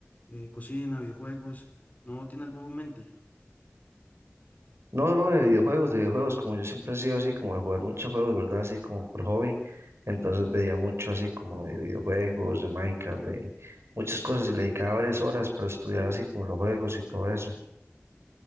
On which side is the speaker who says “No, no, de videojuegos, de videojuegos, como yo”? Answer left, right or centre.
Right